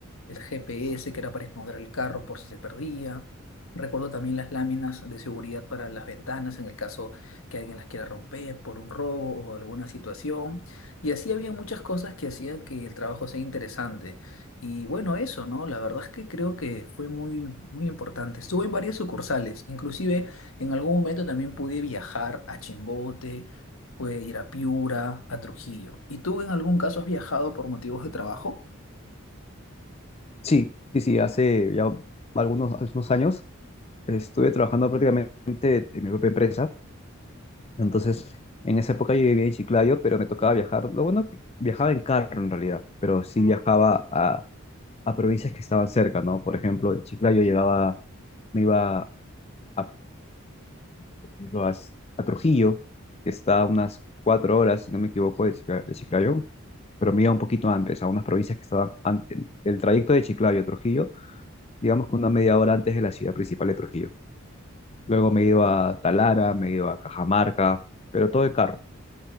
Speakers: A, on the left (about 80°); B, on the left (about 30°).
A: el GPS que era para esconder el carro por si se perdía. Recuerdo también las láminas de seguridad para las ventanas en el caso que alguien las quiera romper por un robo o alguna situación. Y así había muchas cosas que hacían que el trabajo sea interesante. Y bueno, eso, ¿no? La verdad es que creo que fue muy, muy importante. Estuve en varias sucursales, inclusive en algún momento también pude viajar a Chimbote, pude ir a Piura, a Trujillo. ¿Y tú en algún caso has viajado por motivos de trabajo?
B: Sí, sí, sí, hace ya algunos, algunos años estuve trabajando prácticamente en mi propia empresa. Entonces, en esa época yo vivía en Chiclayo, pero me tocaba viajar. Lo bueno que viajaba en carro en realidad, pero sí viajaba a, a provincias que estaban cerca, ¿no? Por ejemplo, de Chiclayo llegaba, me iba a, por ejemplo, a, a Trujillo, que está a unas cuatro horas, si no me equivoco, de, Chicla- de Chiclayo, pero me iba un poquito antes, a unas provincias que estaban antes. El trayecto de Chiclayo a Trujillo, digamos que una media hora antes de la ciudad principal de Trujillo. Luego me he ido a Talara, me he ido a Cajamarca, pero todo de carro,